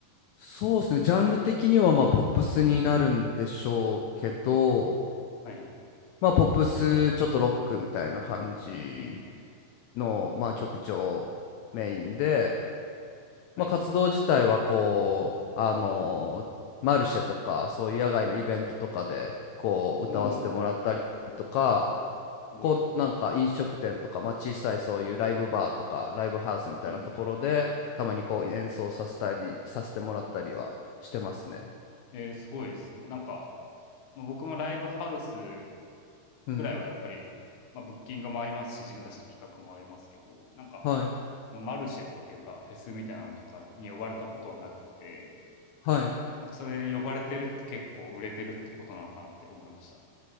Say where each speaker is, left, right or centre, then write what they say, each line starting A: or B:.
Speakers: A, on the left; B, on the left.
A: そうですね。ジャンル的にはまあポップスになるんでしょうけど、
B: はい。
A: まあ、ポップス、ちょっとロックみたいな感じ
B: うんうん。
A: の、まあ、曲調メインで、
B: はい。
A: まあ、活動自体はこう、あの、マルシェとか、そういう野外のイベントとかで、こう、歌わせてもらったりとか、
B: おお、すごい。
A: こう、なんか飲食店とか、まあ、小さいそういうライブバーとか、ライブハウスみたいなところで、
B: うんうん。
A: たまにこう、演奏させたり、させてもらったりはしてますね。
B: えー、すごいですね。なんか、まあ僕もライブハウス
A: うん。
B: ぐらいはやっぱり、まあ、ブッキングもありますし、自分たちで企画もありますけど、なんか、
A: はい。
B: のマルシェっていうか、フェスみたいなのとかに呼ばれたことはなくて、
A: はい。
B: なんかそれ呼ばれてるって結構売れてるってことなのかなって思いました。あ